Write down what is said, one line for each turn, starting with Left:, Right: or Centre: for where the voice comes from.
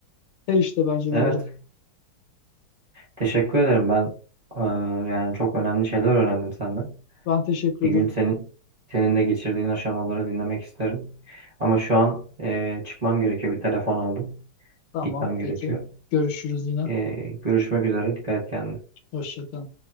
Left: Her işte bence
Right: Evet,
Left: böyle.
Right: teşekkür ederim ben. e, yani çok önemli şeyler öğrendim senden.
Left: Ben teşekkür
Right: Bir
Left: ederim.
Right: gün senin senin de geçirdiğin aşamaları dinlemek isterim. Ama şu an e, çıkmam gerekiyor. Bir telefon aldım.
Left: Tamam,
Right: Gitmem gerekiyor.
Left: peki. Görüşürüz yine.
Right: E, görüşmek üzere. Dikkat et kendine.
Left: Hoşça kalın.